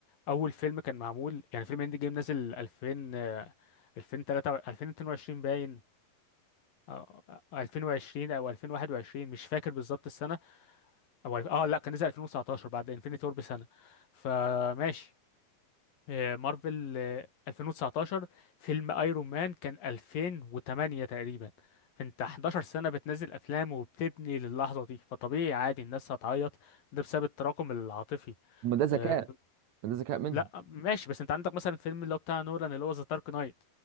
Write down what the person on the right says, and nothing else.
هم ده ذكاء
ما ده ذكاء منهم